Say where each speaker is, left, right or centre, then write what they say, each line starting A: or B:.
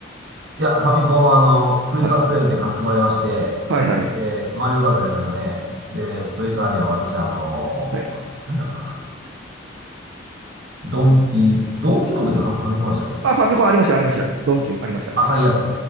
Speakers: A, on the right; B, on the right.
A: いや、ファミコン、あの、クリスマスプレゼントに買ってもらいまして、
B: はい。はい、はい、
A: で、マリオブラザーズやりましたね。で、それからね、私、あの、
B: はい。
A: 何だったかな。ドンキー、ドンキーコングってファファミコンでしたっけ
B: あ、ファミコンありました、ありました。ドンキもありました、ありました。
A: 赤いやつ。